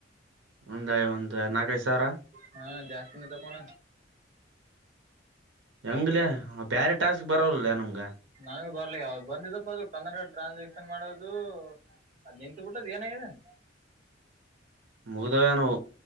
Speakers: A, on the right; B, on the right.
A: ಒಂದಾಯ್ ಒಂದ ನಾಲ್ಕೈದು ಸಾವರ
B: ಹಾ ಜಾಸ್ತಿನ ತ ಕಣ
A: ಹೆಂಗ್ಲೆ ಬ್ಯರೆ ಟಾಸ್ಕ್ ಬರೋಲ್ಲಿಲ್ಲ ನಮ್ಗ
B: ನನಗ ಬರ್ಲಿ ಯಾವ್ದ ಬಂದಿದಪ್ಪ ಅದು ಕನ್ನಡ ಟ್ರಾನ್ಸಾಕ್ಷನ್ ಮಾಡೋದು ಅದು ನಿಂತತ್ ಬಿಟ್ಟದ್ ಏನಾಗಿದೇನೆ
A: ಮುಗದವೇ ನೋವು